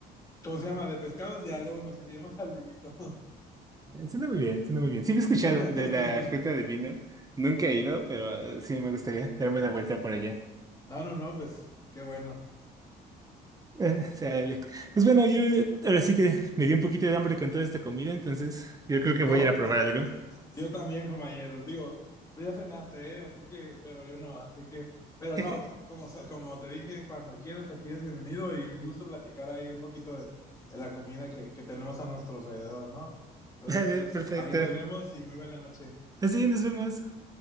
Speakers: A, on the left (about 20°); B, on the right (about 20°).
A: ¿cómo se llama? De pescados, ya luego nos iríamos al vinito.
B: Suena muy bien, suena muy bien. Sí, me he escuchado
A: <laughs>
B: de la ruta de vino. Nunca he ido, pero eh, sí me gustaría darme una vuelta por allá.
A: no, no, no, pues qué bueno.
B: <laughs> Eh, sale. Pues bueno, yo ahora sí que me dio un poquito de hambre con toda esta comida, entonces yo creo que
A: No,
B: voy a ir a probar algo.
A: yo también, compañero. Digo, tú ya cenaste, ¿eh? Así que, pero yo no, así que, pero
B: <laughs>
A: no, como, sa- como te dije, cuando quieras, aquí es bienvenido y un gusto platicar ahí un poquito de, de la comida que, que tenemos a nuestro alrededor, ¿no? Entonces,
B: Vale,
A: pues
B: perfecto.
A: ahí nos vemos y muy buena noche.
B: Así nos vemos.